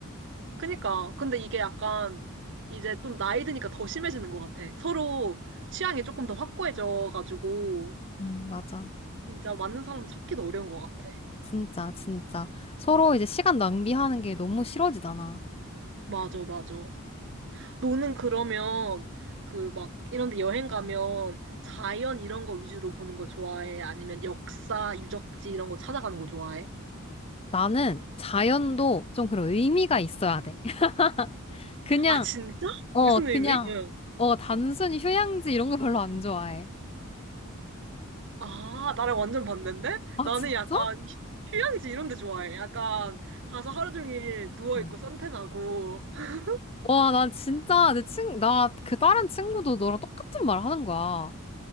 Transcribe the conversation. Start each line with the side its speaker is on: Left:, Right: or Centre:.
Right: 그니까. 근데 이게 약간 이제 좀 나이 드니까 더 심해지는 것 같아. 서로 취향이 조금 더 확고해져가지고
Left: 응, 맞아.
Right: 진짜 맞는 사람 찾기도 어려운 것 같아.
Left: 진짜, 진짜. 서로 이제 시간 낭비하는 게 너무 싫어지잖아.
Right: 맞아, 맞아. 너는 그러면 그 막 이런 데 여행 가면 자연 이런 거 위주로 보는 걸 좋아해? 아니면 역사, 유적지 이런 거 찾아가는 거 좋아해?
Left: 나는 자연도 좀 그런 의미가 있어야 돼. <laughs> 그냥,
Right: 아, 진짜?
Left: 어,
Right: 무슨
Left: 그냥,
Right: 의미? 응.
Left: 어, 단순히 휴양지 이런 거 별로 안 좋아해.
Right: 아, 나랑 완전 반대인데?
Left: 아,
Right: 나는
Left: 진짜?
Right: 약간 휴- 휴양지 이런 데 좋아해. 약간 가서 하루 종일 누워있고
Left: 응.
Right: 선탠하고. <laughs>
Left: 와, 난 진짜 내 친, 나 그 다른 친구도 너랑 똑같은 말 하는 거야.